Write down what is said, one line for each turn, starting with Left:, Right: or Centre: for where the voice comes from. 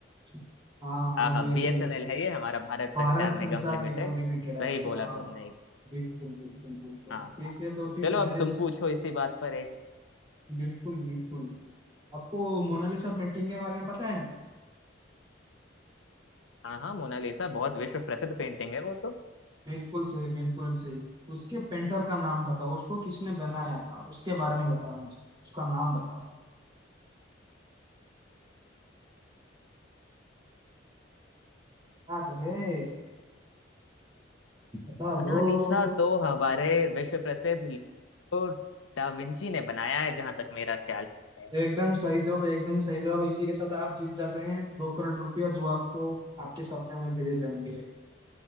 Right: ठीक हाँ हाँ
Left: हाँ हाँ
Right: बीएसएनएल
Left: बीएसएनएल है ये हमारा भारत संचार
Right: भारत संचार
Left: निगम लिमिटेड
Right: निगम लिमिटेड अच्छा
Left: सही बोला
Right: हाँ
Left: तुमने
Right: हाँ
Left: एक
Right: बिल्कुल बिल्कुल बिल्कुल
Left: हाँ
Right: ठीक
Left: हाँ।
Right: है तो फिर
Left: चलो अब
Right: मेरे
Left: तुम
Right: स...
Left: पूछो इसी बात पर एक
Right: बिल्कुल बिल्कुल आपको मोनालिसा पेंटिंग के बारे में पता है ना
Left: हाँ हाँ मोनालिसा बहुत विश्व प्रसिद्ध पेंटिंग है वो तो
Right: बिल्कुल सही बिल्कुल सही उसके पेंटर का नाम बताओ उसको किसने बनाया था उसके बारे में बताओ मुझे उसका नाम बताओ याद है बता दो
Left: मोनालिसा तो हमारे विश्व प्रसिद्ध लियोनार्डो डा विंची ने बनाया है जहां तक मेरा ख्याल है
Right: एकदम सही जवाब एकदम सही जवाब इसी के साथ आप जीत जाते हैं दो करोड़ रुपया जो आपको आपके सप्ते में भेजे जाएंगे